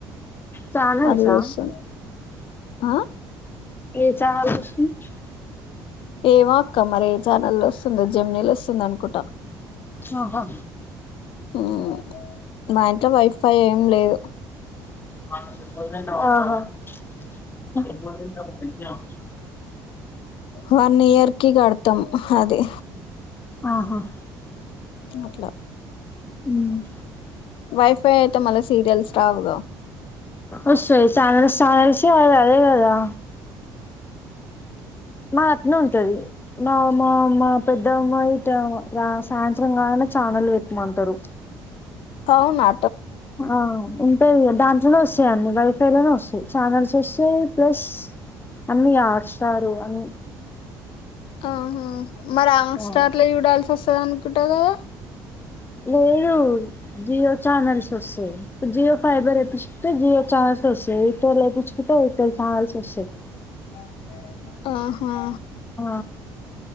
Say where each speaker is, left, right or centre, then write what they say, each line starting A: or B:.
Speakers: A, on the left; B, on the left.
A: చానల్సా
B: అది వస్తుంది ఆ
A: ఏ చానల్ చూస్తుంది
B: ఏమో అక్క మరి ఏ ఛానల్లో వస్తుందో జెమినిలో వస్తుంది అనుకుంటా
A: ఆహా
B: ఉమ్ మా ఇంట్లో వైఫై ఏం లేదు
A: ఆహా
B: వన్ ఇయర్ కి కడతాం అది
A: ఆహా
B: అట్ల
A: ఉమ్
B: వైఫై అయితే మళ్ళ సీరియల్స్ రావుగా
A: వస్తాయ్ చానల్స్ చానల్స్ ఏ అది అదే కదా మా అట్నే ఉంటది మా మా మా పెద్ద అమ్మాయి సాయంత్రం కాగా ఛానల్లు పెట్మంటారు
B: అవునా
A: ఆ పె దాంట్లోనే వస్తాయి అడి వైఫై లోనే వస్తాయి ఛానల్స్ వస్తాయి ప్లస్ అన్నీ అస్టారు అన్ని
B: ఆహ మరి ఆంగ్
A: ఆ
B: స్టార్లో చూడాల్సి వస్తది అనుకుంటా కదా
A: లేదు జియో ఛానల్స్ వస్తాయి జియో ఫైబర్ ఏపిస్తే జియో ఛానల్ వస్తాయి ఇట్టొల్లేపిచ్చుకుంటే ఎయిర్టెల్ చానల్స్ వస్తాయి
B: <inaudible> ఆహా
A: ఆ